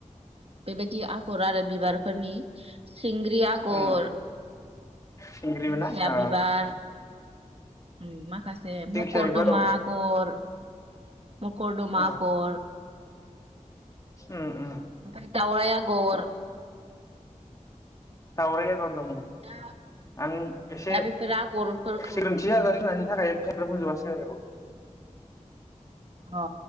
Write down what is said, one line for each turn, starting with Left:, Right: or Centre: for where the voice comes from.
Right: बेबायदि आगर आरो बिबारफोरनि सिंग्रि आगर
Left: उम सिंग्रिबो
Right: दिंखिया
Left: ना ओ
Right: बिबार उम माखासे मकरदमा
Left: दिंखिया बिबार औ
Right: आगर मकरदमा
Left: औ
Right: आगर
Left: उम - उम
Right: उमफ्राय दावराय आगर
Left: दावराय आगर औ
Right: दा
Left: आं एसे
Right: दा बेफोर आगरफोरखौ
Left: सिग्रोनथि
Right: उम
Left: जानानै होननि थाखाय बुंजोबासै आऔ
Right: अ